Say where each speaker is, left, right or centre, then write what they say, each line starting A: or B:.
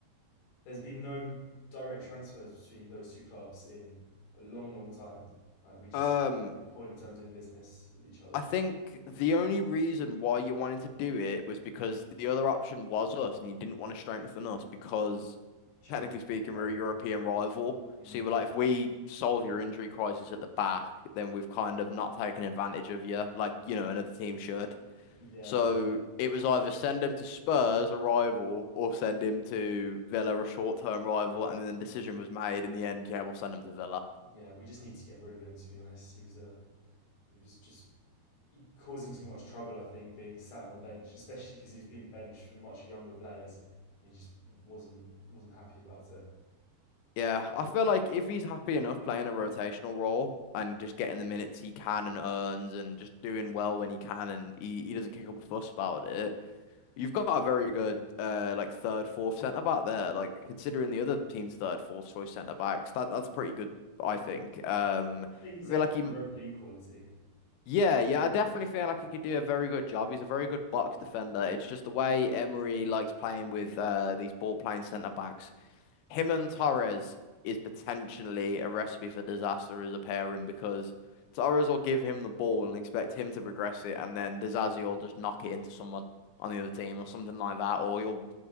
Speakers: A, on the left (about 65°); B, on the left (about 80°).
A: There's been no direct transfers between those two clubs in a long, long time. Like we just
B: Um,
A: make a point of don't doing business with each other.
B: I think the only reason why you wanted to do it was because the other option was us, and you didn't want to strengthen us because,
A: Champions
B: technically speaking,
A: League rival.
B: we're a European rival.
A: Mm,
B: So you were like, if we solve your injury crisis at the back, then we've kind of not taken advantage of you, like, you know, another team should.
A: yeah,
B: So it was either send him to Spurs, a rival, or send him to Villa, a short-term rival, and then the decision was made in the end, yeah, we'll send him to Villa.
A: yeah. We just need to get rid of him. To be honest, he was um, he was just causing too much trouble. I think being sat on the bench, especially because he was being benched for much younger players, and he just wasn't wasn't happy about it.
B: Yeah, I feel like if he's happy enough playing a rotational role and just getting the minutes he can and earns and just doing well when he can and he, he doesn't kick up a fuss about it, you've got a very good uh like third, fourth centre back there. Like considering the other team's third, fourth choice centre backs, that that's pretty good, I think. Um,
A: He's
B: I
A: definitely
B: feel like he,
A: Europa League quality.
B: yeah, yeah, I definitely feel like he could do a very good job. He's a very good box defender. It's just the way Emery likes playing with uh these ball playing centre backs him and Torres is potentially a recipe for disaster as a pairing because Torres will give him the ball and expect him to progress it, and then Disasi will just knock it into someone on the other team or something like that, or he'll